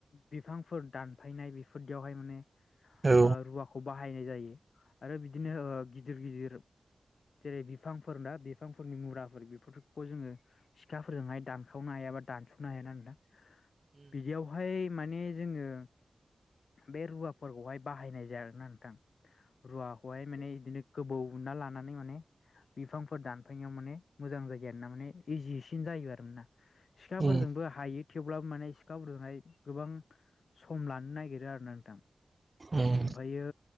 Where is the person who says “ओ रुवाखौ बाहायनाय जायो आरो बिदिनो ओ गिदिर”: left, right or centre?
Left